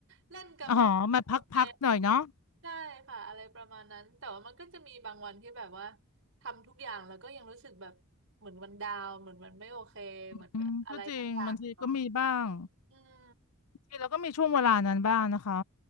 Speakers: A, on the right; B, on the left.
A: เล่นกับหมา
B: อ๋อมาพักๆหน่อยเนาะ
A: กับแมวใช่ค่ะอะไรประมาณนั้นแต่ว่ามันก็จะมีบางวันที่แบบว่าทำทุกอย่างแล้วก็ยังรู้สึกแบบเหมือนมันดาวน์เหมือนมันไม่โอเคเหมือนอะไรสักอย่างเนาะ
B: อืมก็จริงบางทีก็มีบ้าง
A: อืม
B: ทีเราก็มีช่วงเวลานั้นบ้างนะคะ